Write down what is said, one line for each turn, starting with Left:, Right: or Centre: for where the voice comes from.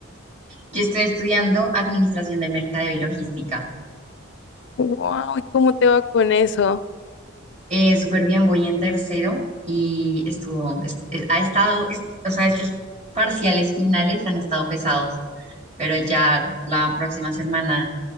Right: Yo estoy estudiando Administración de Mercadeo y Logística.
Left: Wow, ¿y cómo te va con eso?
Right: Eh, súper bien, voy en tercero y estuvo, es- es- ha estado, es- o sea, estos parciales finales han estado pesados, pero ya la próxima semana